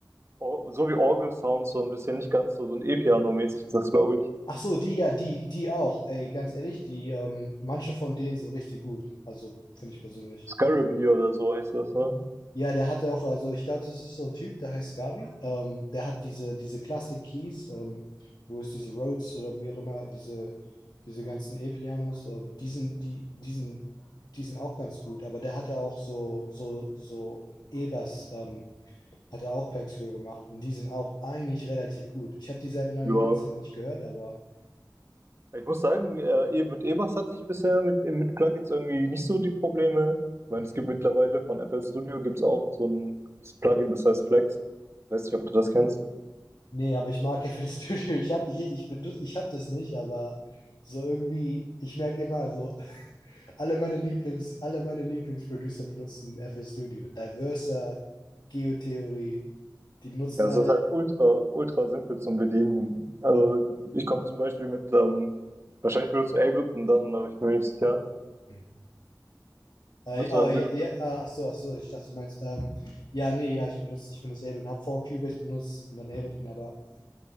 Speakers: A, on the right (about 35°); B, on the left (about 75°).
A: or- so wie Orgel-Sounds, so ein bisschen nicht ganz so, so ein E-Piano-mäßig ist das, glaube ich.
B: ach so, die, ja, die, die auch. Ey, ganz ehrlich, die, ähm, manche von denen sind richtig gut. Also, finde ich persönlich.
A: Scarabee oder so heißt das, ne?
B: Ja, der hatte auch, also ich glaube, das ist so ein Typ, der heißt Gabi. Ähm, der hat diese, diese Classic Keys, ähm, wo es diese Rhodes oder wie auch immer, diese, diese ganzen E-Pianos, äh, die sind, die, die sind, die sind auch ganz gut, aber der hatte auch so, so, so E-Bass, ähm, hat er auch Packs für gemacht und die sind auch eigentlich relativ gut. Ich habe die seit einer
A: Ja.
B: langen Zeit nicht gehört, aber
A: Ich muss sagen, äh, eben mit E-Bass hatte ich bisher mit, mit Plugins irgendwie nicht so die Probleme. Ich meine,
B: mhm.
A: es gibt mittlerweile von FL Studio gibt's auch so ein Plugin, das heißt Flex. Weiß nicht, ob du das kennst.
B: nee, aber ich mag <laughs> FL Studio. Ich habe ich, ich benutze, ich habe das nicht, aber so irgendwie, ich merke immer so, Alle meine Lieblings, alle meine Lieblingsproducer benutzen FL Studio. Diverser, Geotheorie, die benutzen
A: Ja, es
B: alle.
A: ist halt ultra, ultra simpel zum Bedienen. Also ich komme zum Beispiel mit, ähm, wahrscheinlich benutzt du Ableton dann, aber ich bin mir nicht sicher.
B: Hm. Äh,
A: Was,
B: oh,
A: du-
B: ja,
A: benutzt-
B: ja, ah, ach so, ach so, ich dachte, du meinst, ähm, ja, nee, ja, ich benutze, ich benutze Ableton, habe vor Cubase benutzt und dann Ableton, aber,